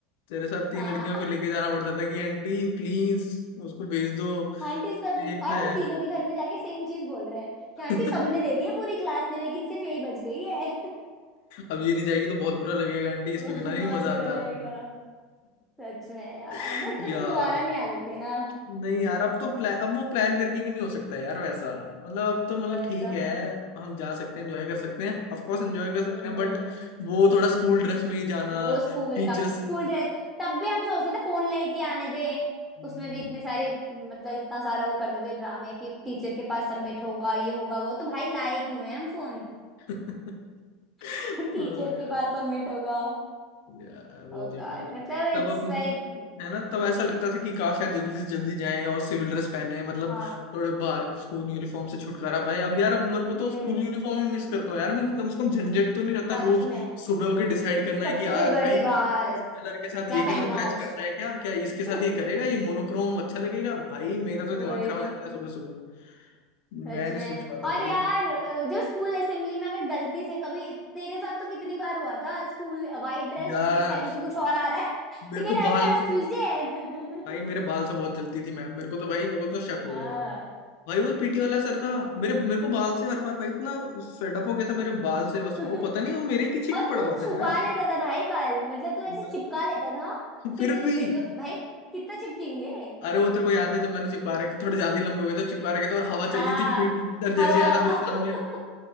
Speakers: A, on the left; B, in the centre.
A: तेरे साथ तीन
B: हाँ
A: लड़कियों को लेके जाना पड़ता था कि आंटी प्लीज उसको भेज दो
B: <laughs> आंटी सब
A: सेफ
B: और
A: है
B: हम तीनों के घर में जाके सेम चीज बोल रहे हैं
A: <laughs>
B: कि आंटी सबने दे दिए पूरी क्लास ने लेकिन सिर्फ यही बच गई है <laughs>
A: अब ये नहीं जाएगी तो बहुत बुरा लगेगा आंटी
B: तो
A: इसके बिना नहीं
B: बहुत
A: मजा
B: बुरा
A: आता
B: लगेगा
A: हमें
B: सच में
A: <laughs>
B: यार वो ट्रिप
A: यार
B: दोबारा नहीं आ सकती ना
A: नहीं यार अब तो प्लान अब वो प्लान करके भी नहीं हो सकता यार वैसा मतलब अब तो मतलब
B: वही
A: ठीक
B: तो
A: है हम जा सकते हैं एंजॉय कर सकते हैं ऑफ कोर्स एंजॉय कर सकते
B: हम्म
A: हैं बट वो थोड़ा स्कूल ड्रेस में ही जाना
B: वो स्कूल
A: टीचर्स
B: का स्कूल ड्रेस तब भी हम सोचते थे फोन लेके आने दें
A: डरा
B: उसमें भी इतने सारे मतलब इतना सारा वो करते थे ड्रामे कि टीचर के पास सबमिट होगा ये होगा वो तो भाई लाए क्यों है हम फोन
A: <laughs>
B: <laughs> टीचर
A: ओ यार
B: के पास सबमिट होगा
A: यार बहुत
B: ओ
A: इश्यूज
B: गॉड
A: है
B: मतलब
A: तब
B: इट्स
A: अपन
B: लाइक
A: है ना तब ऐसा लगता था कि काश यार जल्दी से जल्दी जाएं और सिविल ड्रेस पहने मतलब
B: हाँ
A: थोड़े बाहर स्कूल यूनिफॉर्म से छुटकारा पाए अब यार अब मेरे को
B: हम्म
A: तो स्कूल यूनिफॉर्म ही मिस करता हूँ यार मैं कि कम से कम झंझट तो नहीं रहता
B: सच
A: रोज
B: में
A: सुबह होके डिसाइड करना है
B: सबसे
A: कि आज
B: बड़ी
A: भाई
B: बात
A: इस कलर के साथ
B: क्या
A: ये
B: पहनना
A: कलर मैच
B: है आज
A: करना है क्या क्या इसके साथ
B: <laughs>
A: ये करेगा ये मोनोक्रोम अच्छा लगेगा भाई मेरा तो दिमाग
B: वही
A: खराब हो
B: तो
A: जाता है सुबह सुबह मैं
B: सच में
A: नहीं सोच पाता
B: और
A: हूँ भाई
B: यार अ, जो स्कूल असेंबली में अगर गलती से कभी तेरे साथ तो कितनी बार हुआ था स्कूल वाइट ड्रेस
A: यार
B: होती थी पहन के कुछ और आ रहा है <laughs>
A: मेरे
B: ठीक है
A: को बाल
B: अरे आज
A: के
B: ट्यूसडे है
A: भाई
B: <laughs>
A: मेरे बाल से बहुत जलती थी मैम मेरे को तो भाई मेरे को तो शक हो
B: हाँ
A: गया था भाई वो पीटी वाला सर था मेरे मेरे को बाल से हर बार भाई इतना फेडअप हो गया था मेरे बाल से बस
B: <laughs>
A: वो पता नहीं वो मेरे ही पीछे
B: और
A: क्यों पड़ा
B: तू
A: हुआ
B: छुपा
A: था यार
B: लेता था भाई बाल मतलब तू ऐसे
A: <laughs>
B: चिपका लेता था फिर
A: फिर
B: जब
A: भी
B: फिर तो भाई कितना चिपकेंगे
A: अरे वो तेरे को याद है जब मैंने चिपका रखे थोड़े ज्यादा ही लंबे हो गए थे चिपका रखे थे और हवा
B: हाँ
A: चल गई थी पीटी सर जैसे
B: हवा
A: आया था मेरे सामने
B: <laughs>